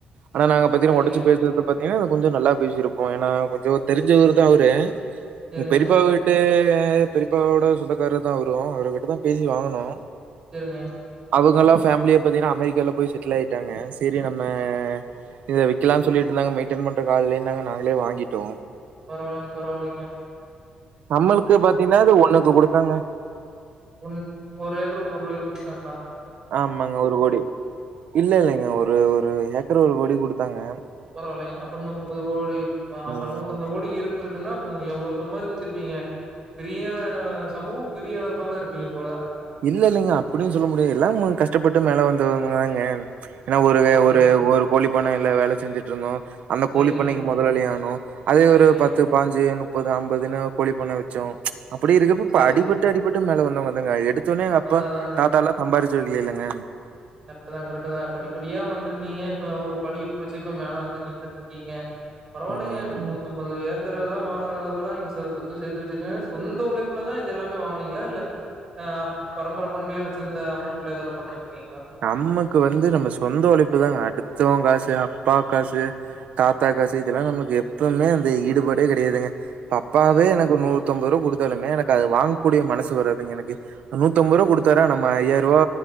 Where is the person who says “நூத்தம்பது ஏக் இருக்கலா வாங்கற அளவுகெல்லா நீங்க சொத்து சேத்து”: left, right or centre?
Right